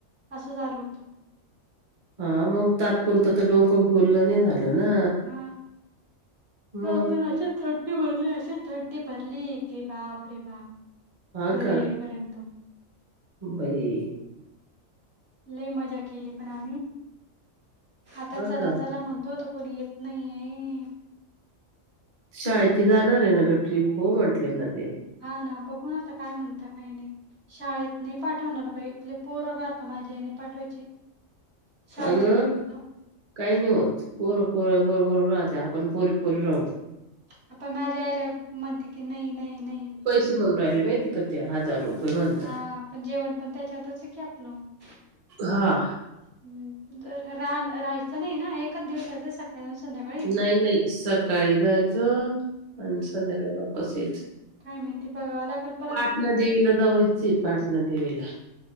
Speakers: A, on the right; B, on the right.
A: असं झालं होतं
B: हा मग तात्पुरत तर डोकं ओल नाही झालं. ना
A: हा
B: मग
A: तर अशी थंडी भरली असं. त थंडी भरली की बाप रे बाप
B: हा
A: घरी
B: का
A: येईपर्यंत
B: बाई
A: लय मजा केली पण आ आता
B: हा
A: चला
B: का
A: चला म्हणतो त कोणी येत नाहीये
B: शाळेची जाणार आहे ना गं ट्रिप हो म्हंटले ना ते
A: हा ना बघू न आता काय म्हणता काही नाही शाळेत नाही पाठवणार बाई ली पोरं राहता माझी आई नाय पाठवायची शाळेच्या
B: अगं
A: ट्रिपला
B: काही नाही होत पोर पोर बरोबर राहत्या आप आपण पोरी पोरी राहू
A: हा पण माझ्या आईला म्हणते की नाही नाही नाही
B: पैसे भरून राहिले बाई ती किती हजार रुपये म्हणतात
A: हा पण जेवण पण त्याच्यातच आहे की आपल हंम
B: हा
A: जर राहन राहायचं नाही ना एकच दिवसाच सकाळी आणि संध्याकाळी
B: नाही नाही सकाळी जायचं आणि संध्याकाळी वापस यायचं
A: काय माहिती बघावं लागेल परत
B: पाटणा देवीला जावायचं पाटणा देवीला